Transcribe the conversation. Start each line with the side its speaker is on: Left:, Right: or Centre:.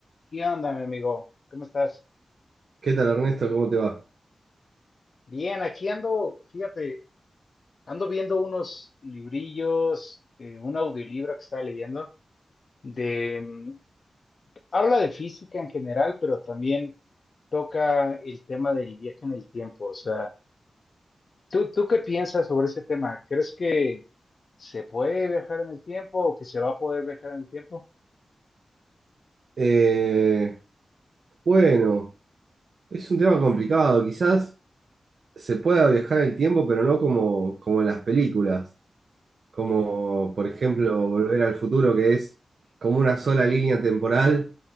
Left: ¿Qué onda, mi amigo? ¿Cómo estás?
Right: ¿Qué tal, Ernesto? ¿Cómo te va?
Left: Bien, aquí ando, fíjate, ando viendo unos librillos, eh, un audiolibro que estaba leyendo, de, mm, habla de física en general, pero también toca el tema del viaje en el tiempo. O sea, ¿tú, tú qué piensas sobre ese tema? ¿Crees que se puede viajar en el tiempo o que se va a poder viajar en el tiempo?
Right: Eh, bueno, es un tema complicado. Quizás se pueda viajar en el tiempo, pero no como, como en las películas. como por ejemplo Volver al Futuro, que es como una sola línea temporal